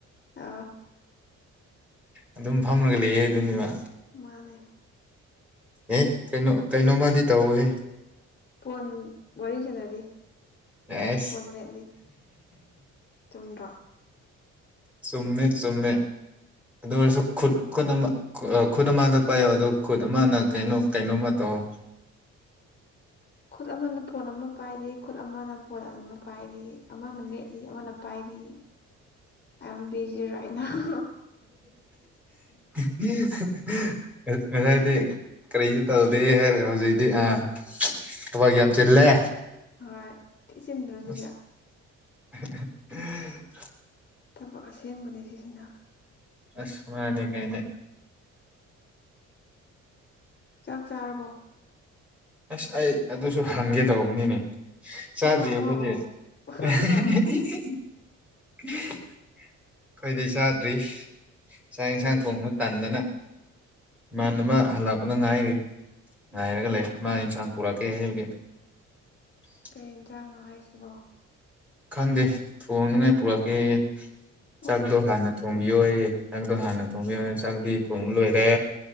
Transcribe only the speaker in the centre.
ꯑꯗꯨꯝ ꯐꯝꯃꯒ ꯂꯩꯌꯦ ꯍꯥꯏꯗꯨꯅꯦꯕ
ꯑꯦ ꯀꯩꯅꯣ ꯀꯩꯅꯣꯃꯗꯤ ꯇꯧꯋ‌ꯦꯍꯦ
ꯑꯁ
ꯆꯨꯝꯃꯦ ꯆꯨꯝꯃꯦ ꯑꯗꯨ ꯑꯣꯏꯔꯁꯨ ꯈꯨꯠ ꯈꯨꯗꯝ ꯈꯨꯠ ꯑ ꯑꯃꯗ ꯄꯥꯏꯌꯣ ꯑꯗꯣ ꯈꯨꯠ ꯑꯃꯅ ꯀꯩꯅꯣ ꯀꯩꯅꯣꯝ ꯇꯧꯋ‌ꯣ
<unintelligible> ꯉꯁꯥꯏꯗꯤ ꯀꯔꯤꯁꯨ ꯇꯧꯗꯦ ꯍꯥꯏꯔꯒ ꯍꯧꯖꯤꯛꯗꯤ ꯑ ꯊꯕꯛ ꯌꯥꯝ ꯆꯤꯜꯂꯦ
ꯑꯁ <unintelligible>
ꯑꯁ ꯃꯥꯅꯦ ꯀꯩꯅꯦ
ꯑꯁ ꯑꯩ ꯑꯗꯨꯁꯨ ꯍꯪꯒꯦ ꯇꯧꯕꯅꯤꯅꯦ ꯆꯥꯗ꯭ꯔꯤ
ꯑꯈ‌ꯣꯏꯗꯤ
<unintelligible> ꯑꯩꯈꯣꯏꯗꯤ ꯆꯥꯗ꯭ꯔꯤ ꯆꯥꯛ ꯏꯟꯁꯥꯡ
ꯊꯣꯡꯕ ꯇꯟꯗꯅ ꯏꯃꯥꯟꯅꯕ ꯍꯜꯂꯛꯄꯗ ꯉꯥꯏꯔꯤ ꯉꯥꯏꯔꯒ ꯂꯩ ꯃꯥ ꯏꯟꯁꯥꯡ ꯄꯨꯔꯛꯀꯦ ꯍꯥꯏꯕꯒꯤ <unintelligible>
ꯈꯪꯗꯦ ꯊꯣꯡꯅꯤꯡꯉꯥꯏ ꯄꯨꯔꯛꯀꯦꯌ‌ꯦ ꯆꯥꯛꯗꯣ
ꯍꯥꯟꯅ ꯊꯣꯡꯕꯤꯌꯣꯌꯦ ꯆꯥꯛꯗꯣ ꯍꯥꯟꯅ ꯊꯣꯡꯕꯤꯌ‌ꯣ ꯆꯥꯛꯗꯤ ꯊꯣꯡꯕ ꯂꯣꯏꯔꯦ